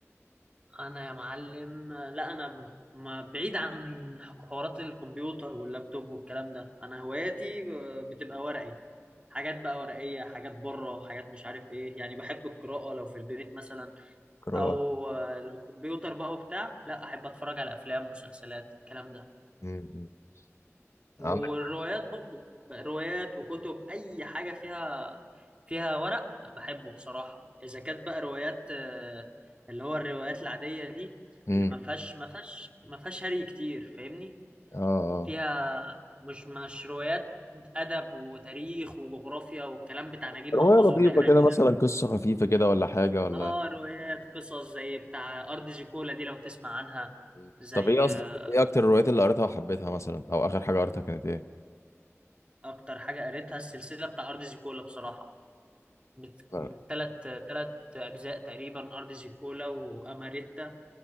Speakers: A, on the right; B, on the left.
A: انا يا معلم لا انا ب- ما بعيد عن حوارات الكمبيوتر واللابتوب والكلام ده انا هواياتي آه، بتبقى ورقي حاجات بقى ورقية حاجات بره حاجات مش عارف ايه يعني بحب القراءة لو في البيت مثلا
B: قراءة
A: او آه، لو كمبيوتر بقى وبتاع لا احب اتفرج على افلام مسلسلات الكلام ده
B: مم. مم.
A: والروايات
B: عندك
A: برضو بقى روايات وكتب اي حاجه فيها فيها ورق بحبه بصراحه اذا كانت بقى روايات آه، اللي هو الروايات العاديه دي
B: مم.
A: اللي ما فيهاش ما فيهاش ما فيهاش هري كتير فاهمني
B: اه اه
A: فيها مش مش روايات ادب وتاريخ وجغرافيا والكلام بتاع نجيب
B: رواية
A: محفوظ
B: لطيفة
A: والريحاني
B: كده
A: ده
B: مثلا قصة خفيفة كده ولا حاجة ولا
A: اه روايات قصص زي بتاع ارض زيكولا دي لو تسمع عنها
B: مم.
A: زي
B: طب ايه اصلا
A: آه،
B: ايه اكتر الروايات اللي قريتها وحبيتها مثلا او اخر حاجة قريتها كانت ايه؟
A: اكتر حاجه قريتها السلسله بتاع ارض زيكولا بصراحه بت...
B: آه.
A: تلات تلات أجزاء تقريبا أرض زيكولا وأماريتا